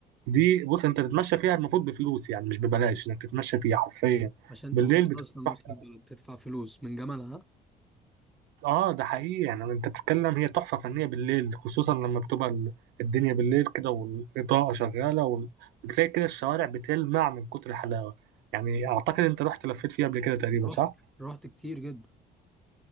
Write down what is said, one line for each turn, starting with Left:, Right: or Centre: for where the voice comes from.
Right: دي بص انت تتمشى فيها المفروض بفلوس يعني مش ببلاش انك تتمشى فيها حرفيا
Centre: عشان
Right: بالليل
Centre: تخش
Right: بتبقى
Centre: أصلا
Right: تحفه
Centre: وسط البلد تدفع فلوس من جمالها ها؟
Right: اه ده حقيقي يعني انت بتتكلم هي تحفه فنيه بالليل خصوصا لما بتبقى ال- الدنيا بالليل كده والاضاءه شغاله وال- بتلاقي كده الشوارع بتلمع من كتر الحلاوه يعني اعتقد انت رحت لفيت فيها قبل كده تقريبا
Centre: رحت
Right: صح؟
Centre: رحت كتير جدا